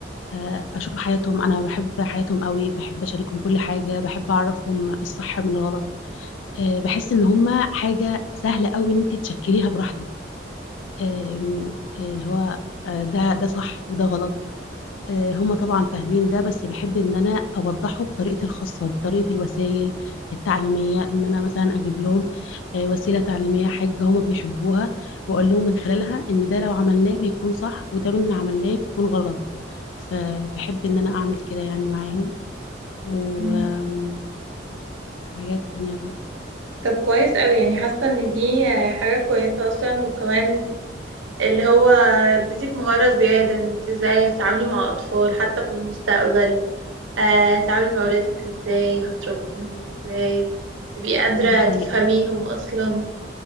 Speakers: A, on the left; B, on the right.
A: آه، اشوف حياتهم انا بحب حياتهم قوي بحب اشاركهم كل حاجه بحب اعرفهم الصح من الغلط آه، بحس ان هما حاجه سهله قوي ان انت تشكليها براحتك آم، اللي هو آه، ده ده صح وده غلط آه، هما طبعا فاهمين ده بس بحب ان انا اوضحه بطريقتي الخاصه بطريقه الوسائل التعليميه ان انا مثلا اجيب لهم آه، وسيله تعليميه حاجه هما بيحبوها واقول لهم من خلالها ان ده لو عملناه بيكون صح وده من عملناه بيكون غلط فبحب ان انا اعمل كده يعني معاهم وحاجات
B: مم.
A: تانية بقى
B: طب كويس قوي يعني حاسة ان دي آه، حاجة كويسة اصلا وكمان اللي هو اديتك مهارة زيادة انك ازاي تتعاملي مع أطفال حتى في المستقبل آه، تتعاملي مع أولادك ازاي هتربيهم ازاي تبقي قادرة
A: دي حقيقة
B: تفهميهم أصلا